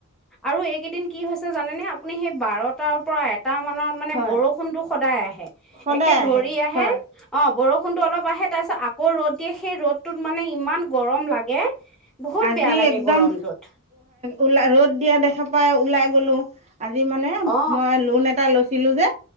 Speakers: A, in the centre; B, on the right.
A: আৰু এইকেইদিন কি হৈছে জানেনেে আপুনি সেই বাৰটাৰ পৰা এ টা মানত মানে
B: হয়
A: বৰষুণতটো সদায় আহে
B: সদায়
A: একে ধৰি আহে
B: হয়
A: অ বৰষুণতো অলপ আহে তাৰপিছত ক' ৰ'দ এতিয়া সেই ৰ'দতটোত মানে ইমান গৰম লাগে বহুত বেয়া
B: যি
A: লাগে
B: একদম
A: গৰমটোত
B: ওলা ৰ'দ দিয়া দেখা পাও ওলাই গ'লো আজি মানে
A: অ
B: মই লোন এটা লৈছো কিলো যে